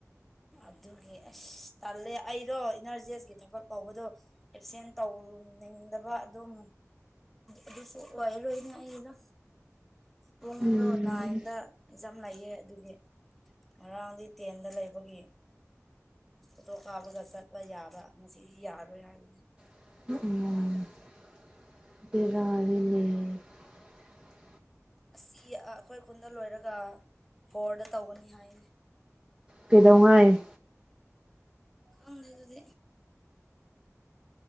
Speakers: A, in the centre; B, on the right.
A: ꯑꯗꯨꯒꯤ ꯑꯁ ꯇꯜꯂꯦ ꯑꯩꯗꯣ ꯏꯅꯔꯖꯦꯁꯀꯤ ꯊꯕꯛ ꯀꯧꯕꯗꯣ ꯑꯦꯞꯁꯦꯟ ꯇꯧ ꯎ ꯅꯤꯡꯗꯕ ꯑꯗꯨꯝ ꯑꯗꯨꯁꯨ ꯑꯣꯏꯔꯣꯏꯅꯦ ꯑꯩꯗ ꯄꯨꯡꯗꯣ
B: ꯎꯝ
A: ꯅꯥꯏꯟꯗ ꯑꯦꯛꯖꯥꯝ ꯂꯩꯌꯦ ꯑꯗꯨꯒꯤ ꯉꯔꯥꯡꯗꯤ ꯇꯦꯟꯗ ꯂꯩꯕꯒꯤ ꯐꯣꯇꯣ ꯀꯥꯞꯄꯒ ꯆꯠꯄ ꯌꯥꯕ ꯉꯁꯤꯗꯤ ꯌꯥꯔꯔꯣꯏ ꯍꯥꯏꯕꯅꯤ
B: ꯔꯜꯂꯜꯂꯤ
A: ꯑꯁꯤ ꯑꯩꯈꯣꯏ ꯈꯨꯟꯗ ꯂꯣꯏꯔꯒ ꯍꯣꯔꯗ ꯇꯧꯒꯅꯤ ꯍꯥꯏꯅꯤ
B: ꯄꯤꯗꯧꯉꯥꯏ
A: ꯈꯥꯎꯗ ꯑꯗꯨꯗꯤ